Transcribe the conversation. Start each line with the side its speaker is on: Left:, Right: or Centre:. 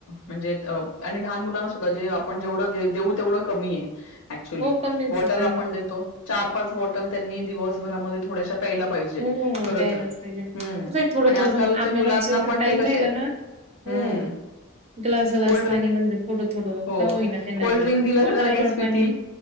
Left: म्हणजे आणि लहान मुलांना सुद्धा जे आपण जेवढं देऊ तेवढं कमी आहे अऍक्चुली
Right: हो कमीच
Left: <unintelligible>
Right: आहे त्यांना पण.
Left: चार पाच बॉटल त्यांनी दिवसभरामध्ये थोड्याशा प्यायला पाहिजे,
Right: हो
Left: खरं
Right: द्यायलाच
Left: तर.
Right: पाहिजे तसं
Left: हं.
Right: थोडं
Left: आणि
Right: थोडं
Left: आजकालच्या
Right: म्हणजे आपल्याला
Left: मुलांना
Right: जेवढ
Left: पण
Right: टाइम
Left: ते कसे
Right: राहिला
Left: आहेत
Right: ना हो
Left: हं.
Right: ग्लास ग्लास
Left: कोल्ड
Right: पाणी
Left: ड्रिंक
Right: म्हणजे थोडं थोडं
Left: हो
Right: का होईना त्यांना
Left: कोल्ड
Right: दच
Left: ड्रिंक दिलं
Right: व
Left: तर
Right: नारळ
Left: लगेच पितील.
Right: पाणी